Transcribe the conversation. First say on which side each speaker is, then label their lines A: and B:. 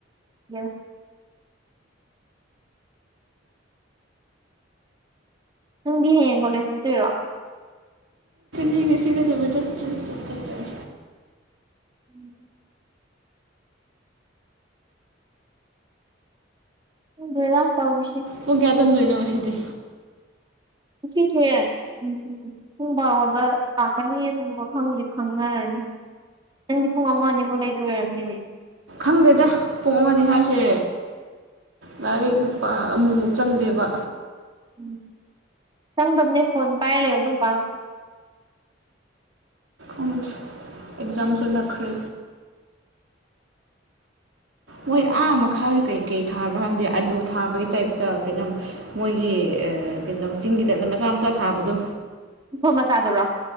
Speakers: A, on the right; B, on the right.
A: ꯌꯦ ꯅꯪꯗꯤ ꯍꯌꯦꯡ ꯀꯣꯂꯦꯖ ꯅꯠꯇꯣꯏꯔꯣ
B: ꯁꯤꯒꯦ ꯁꯤꯒꯗꯕꯤ ꯆꯠ ꯆꯠ ꯆꯠꯀꯅꯤ
A: ꯎꯝ ꯎꯗ ꯂ ꯇꯧ ꯅꯤꯁꯤ
B: ꯄꯨꯡ ꯀꯌꯥ ꯇꯝꯗꯣꯏꯅꯣ ꯉꯁꯤꯗꯤ
A: ꯁꯤꯁꯦ ꯎꯝ ꯄꯨꯡ ꯕꯥꯔꯣꯗ ꯇꯥꯛꯀꯅꯤ ꯋꯥꯪꯁ ꯈꯪꯅꯔꯅꯤ ꯅꯪꯗꯤ ꯄꯨꯡ ꯑꯃ ꯑꯅꯤꯃꯨꯛ ꯂꯩꯗ ꯑꯣꯏꯔꯝꯅꯤꯅꯦ
B: ꯅꯪꯗꯦꯗ ꯄꯣꯛꯑꯝꯃꯅꯤ ꯍꯥꯏꯁꯦ ꯂꯥꯏꯔꯤꯛꯇ ꯑꯃꯨꯛꯃꯨꯛ ꯆꯪꯗꯦꯕ
A: ꯎꯝ ꯁꯪ ꯇꯝꯅꯦ ꯐꯣꯟ ꯄꯥꯏ ꯂꯩ ꯑꯗꯨ ꯀꯒ
B: ꯣꯡ ꯑꯦꯛꯖꯥꯝꯁꯨ ꯅꯛꯈ꯭ꯔꯦ ꯃꯣꯏ ꯑꯥ ꯃꯈꯥꯗ ꯀꯩꯀꯩ ꯊꯥꯕꯅ‌ꯣ ꯈꯪꯗꯦ ꯑꯂꯨ ꯊꯥꯕꯒꯤ ꯇꯥꯏꯞꯇ ꯀꯩꯅ‌ꯣ ꯃꯣꯏꯒꯤ ꯀꯩꯅ‌ꯣ ꯆꯤꯡꯒꯤ ꯇꯥꯏꯞꯇ ꯃꯆꯥ ꯃꯆꯥ ꯁꯥꯕꯗꯣ
A: <unintelligible> ꯃꯆꯥꯗꯨꯔꯣ